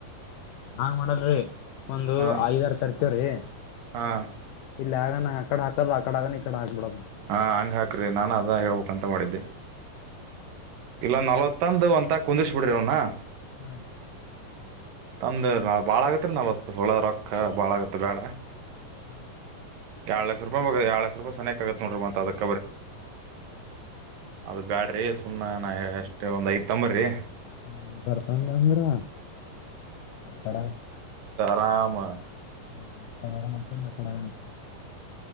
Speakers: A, on the left; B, on the right.
A: ಹಾಂಗ ಮಾಡಲ್ರಿ ಒಂದು
B: ಹಾ
A: ಐದಾರ ತರ್ತೇವ್ರಿ
B: ಹಾ
A: ಇಲ್ಲಿ ಆಗಾನ ಅಕಡೆ ಹಾಕ ಕ ಆ ಕಡ ಈ ಕಡೆ ಹಾಕಿ ಬಿಡುದು
B: ಹಾ ಹಂಗ ಹಾಕ್ರಿ ನಾನು ಅದ ಹೇಳ್ಬೇಕಂತ ಮಾಡಿದ್ದೆ. ಇಲ್ಲ ನಲ್ವತ್ತಂದು ಒಂದ ಕುಂದರಸಿ ಬಿಡಿರ ಅವನ.
A: ಹ್ಮ್
B: ಒಂದ ನಾ ಭಾಳ ಆಗತ್ತ ರೀ ನಾಲವತ್ತು ಸುಳ ರೊಕ್ಕ ಭಾಳಗತ್ತ ಬೇಡ
A: ಹ್ಮ್
B: ಎರಡು ಲಕ್ಷ ರೂಪಾಯಿ ಬರ ಎರಡು ಲಕ್ಷ ಸನೀಕ್ ಆಗುತ್ತ ನೋಡ್ರಿ ಮತ್ ಅದಕ ಅದು ಬ್ಯಾಡ್ರಿ ಸುಮ್ಮನೆ
A: ಹ
B: ನಾ ಅಷ್ಟೇ ಒಂದ್ ಐದ ತಂಬ್ರಿ
A: ಹಾ ಬರ್ತನ್ ಅಂದ್ರ ಕ
B: ಸಾಮ
A: <unintelligible>